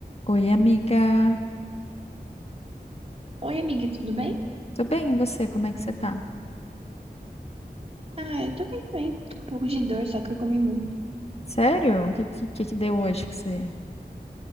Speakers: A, on the left; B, on the right.
A: Oi, amiga.
B: Oi, amiga, tudo bem?
A: Tudo bem, e você? Como é que você tá?
B: Ah, eu tô bem também. Tô com um pouco de dor, só que eu comi muito.
A: Sério? O que, que, que que deu hoje que você...